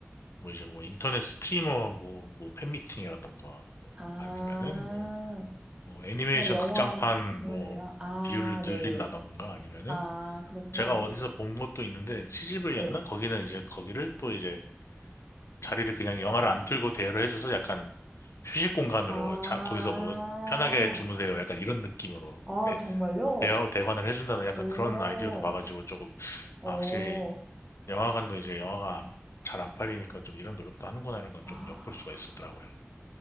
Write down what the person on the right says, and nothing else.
아,
그냥 영화
공간이
아니라, 아,
네네.
아, 그렇구나.
네.
아,
아,
정말요?
오.
어,
아,